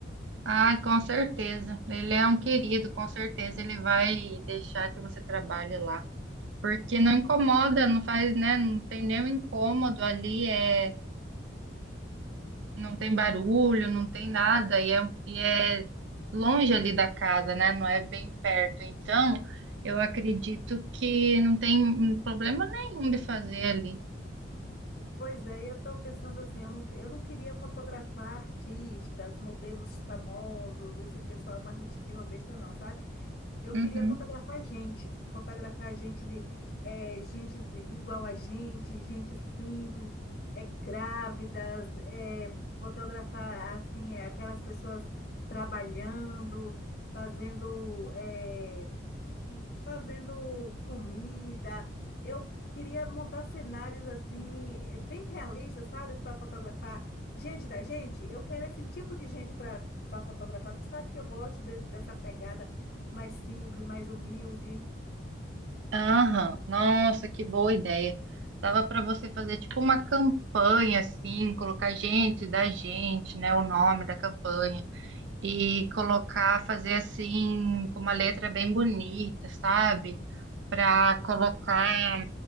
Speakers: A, on the right; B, on the left.
A: Ah, com certeza. Ele é um querido, com certeza ele vai deixar que você trabalhe lá. Porque não incomoda, não faz, né? Não tem nenhum incômodo ali. É não tem barulho, não tem nada, e é, e é longe ali da casa, né? Não é bem perto. Então, eu acredito que não tem problema nenhum de fazer ali.
B: Pois é, e eu estou pensando assim, eu não, eu não queria fotografar artistas, modelos famosos, esse pessoal mais metidinho, uma besta não, sabe? Eu
A: Uhum.
B: queria fotografar gente, fotografar gente de eh, gente de- igual a gente, gente simples, é, grávidas, eh, fotografar assim eh, aquelas pessoas trabalhando, fazendo. eh, fazendo comida. Eu queria montar cenários assim, eh, bem realistas, sabe? Para fotografar gente da gente. Eu quero esse tipo de gente para para fotografar. Tu sabe que eu gosto desse- dessa pegada mais simples, mais humilde.
A: Aham, nossa, que boa ideia. Dava para você fazer tipo uma campanha assim, colocar gente da gente, né, o nome da campanha e colocar, fazer assim com uma letra bem bonita, sabe? para colocar,